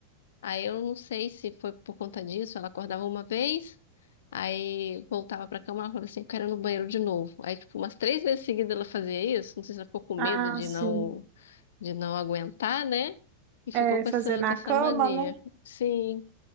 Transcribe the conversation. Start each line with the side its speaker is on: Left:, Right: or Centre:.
Left: Aí eu não sei se foi por conta disso, ela acordava uma vez. Aí voltava pra cama e falava assim, eu quero ir no banheiro de novo. Aí, tipo, umas três vezes seguidas ela fazia isso. Não sei se ela ficou com medo
Right: Ah,
Left: de
Right: sim.
Left: não de não aguentar, né? E ficou
Right: É,
Left: com
Right: fazer
Left: essa,
Right: na
Left: com essa
Right: cama,
Left: mania.
Right: né?
Left: Sim,